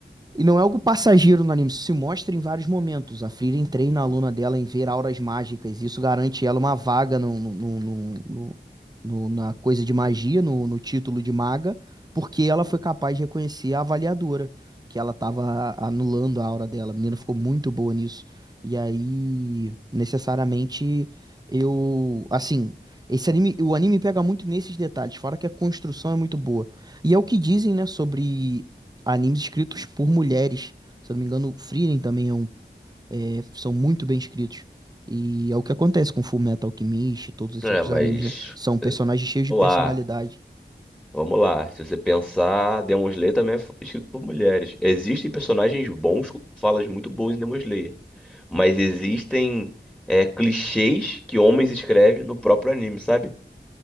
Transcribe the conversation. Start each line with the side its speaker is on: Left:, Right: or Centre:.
Right: E não é algo passageiro no anime, isso se mostra em vários momentos. A Frieren treina a aluna dela em ver auras mágicas, e isso garante ela uma vaga no, no- no- no- no- no- na coisa de magia, no, no título de maga, porque ela foi capaz de reconhecer a avaliadora, que ela estava anulando a aura dela. A menina ficou muito boa nisso. E aí, necessariamente, eu. Assim, esse anime, o anime pega muito nesses detalhes, fora que a construção é muito boa. E é o que dizem, né, sobre Animes escritos por mulheres. Se eu não me engano, Frieren também é um, é, são muito bem escritos. E é o que acontece com Fullmetal Alchemist e todos esses
Centre: É,
Right: outros
Centre: mas
Right: animes, né? São personagens cheios de
Centre: lá.
Right: personalidade.
Centre: Vamos lá. Se você pensar, Demon Slayer também é f- escrito por mulheres. Existem personagens bons com falas muito boas em Demon Slayer, mas existem é, clichês que homens escrevem no próprio anime, sabe?